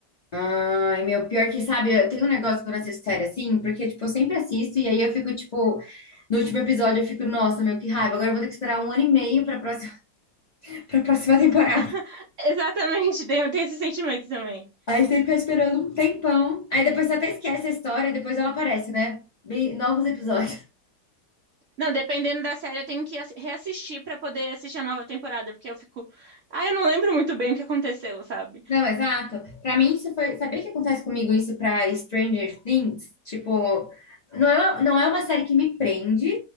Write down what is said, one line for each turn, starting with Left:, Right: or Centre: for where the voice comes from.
Left: Ai, meu, pior que, sabe, eu tenho um negócio quando eu assisto série assim, porque, tipo, eu sempre assisto e aí eu fico, tipo, no último episódio eu fico, nossa, meu, que raiva, agora eu vou ter que esperar um ano e meio pra próxima, <laughs> pra próxima temporada.
Right: <laughs> Exatamente, tem tem esse sentimento também.
Left: Aí você tem que ficar esperando um tempão. Aí depois você até esquece a história e depois ela aparece, né? Bem, novos episódios.
Right: Não, dependendo da série, eu tenho que assi- reassistir pra poder assistir a nova temporada, porque eu fico, ah, eu não lembro muito bem o que aconteceu, sabe?
Left: Não, exato. Pra mim isso foi, sabia que acontece comigo isso pra Stranger Things? Tipo, não é, uma- não é uma série que me prende